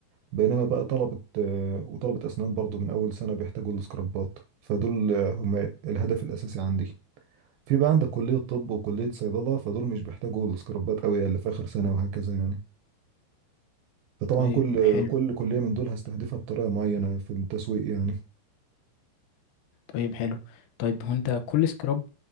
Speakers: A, on the right; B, on the left.
A: بينما بقى طلبة آه، وطلبة اسنان برضو من اول سنة بيحتاجوا الاسكرابات فدول آه، هم الهدف الاساسي عندي في بقى عندك كلية طب وكلية صيدلة فدول مش بيحتاجوا السكرابات قوي اللي في آخر سنة وهكذا يعني فطبعا
B: طيب
A: كل
B: حلو
A: كل كلية من دول هستهدفها بطريقة معينة في التسويق يعني
B: طيب حلو طيب هو انت كل سكراب